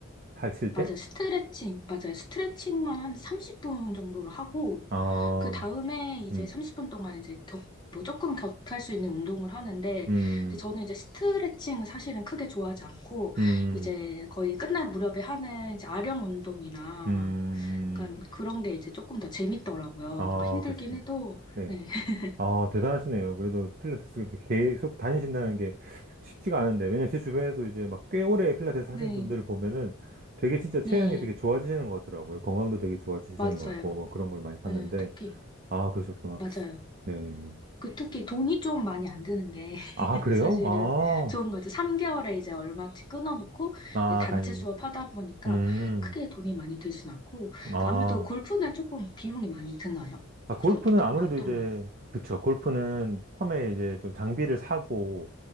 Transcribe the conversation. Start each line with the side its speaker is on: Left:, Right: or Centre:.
Right: 하실
Left: 맞아요.
Right: 때?
Left: 스트레칭, 맞아요. 스트레칭만 한 30분 정도를 하고,
Right: 아,
Left: 그 다음에 이제
Right: 음,
Left: 30분 동안 이제 격, 뭐 조금 격할 수 있는 운동을 하는데,
Right: 음,
Left: 근데 저는 이제 스트레칭은 사실은 크게 좋아하지 않고,
Right: 음,
Left: 이제 거의 끝날 무렵에 하는 이제 아령 운동이나,
Right: 음,
Left: 약간 그런 게 이제 조금 더 재밌더라고요.
Right: 아,
Left: 뭔가 힘들긴
Right: 그러시군.
Left: 해도,
Right: 네.
Left: 네. <laughs>
Right: 아, 대단하시네요. 그래도 필라테스 그렇게 계속 다니신다는 게 쉽지가 않은데, 왜냐면 제 주변에도 이제 막 꽤 오래 필라테스 하신
Left: 네,
Right: 분들을 보면은 되게 진짜 체형이
Left: 네,
Right: 되게 좋아지시는 것 같더라고요. 건강도 되게 좋아지시는
Left: 맞아요.
Right: 것 같고, 뭐 그런 걸 많이 봤는데,
Left: 네, 특히,
Right: 아, 그러셨구나.
Left: 맞아요.
Right: 네.
Left: 그 특히 돈이 좀 많이 안 드는 게 <laughs>
Right: 아, 그래요?
Left: 사실은
Right: 아,
Left: 좋은 거죠. 3개월에 이제 얼마치 끊어놓고
Right: 아,
Left: 이제 단체
Right: 다니.
Left: 수업하다 보니까
Right: 음,
Left: 크게 돈이 많이 들진 않고
Right: 아.
Left: 아무래도 골프는 조금 비용이 많이 드나요?
Right: 아,
Left: 혹시
Right: 골프는
Left: 어떤
Right: 아무래도
Left: 어떤
Right: 이제,
Left: 거?
Right: 그쵸. 골프는 처음에 이제 좀 장비를 사고,